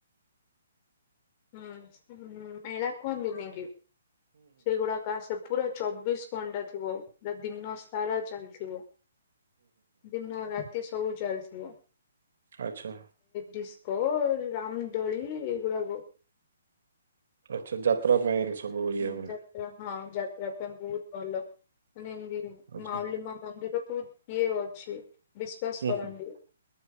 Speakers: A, on the left; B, on the right.
A: ହୁଁ ହ ମେଳା କିନିି ସେଇଗୁଡା ଗାସ। ପୁରା ଚବିଶ ଘଣ୍ଟା ଥିବ। ପୁରା ଦିନ ସାରା ଚାଲିଥିବ। ଦିନନ ରାତି ସବୁ ଚାଲୁଥିବ।
B: ଆଚ୍ଛା।
A: ଡିସ୍କୋ ରାମଦୋଳି ଏଇଗୁଡାକ
B: ଆଛା ଯାତ୍ରା ପାଇଁ ସବୁ ଇଏ
A: ହୁଁ,
B: ହୁଏ।
A: ଯାତ୍ରା ହଁ ଯାତ୍ରା ପାଇଁ ବହୁତ ଭଲ। ମାନେ ଏମିତି
B: ଆଚ୍ଛା।
A: ମାଉଲିମା ମନ୍ଦିର ତୁ ଦି ଅଛି ବିଶ୍ୱାସ
B: ହୁଁ,
A: କରନ୍ତି <unintelligible>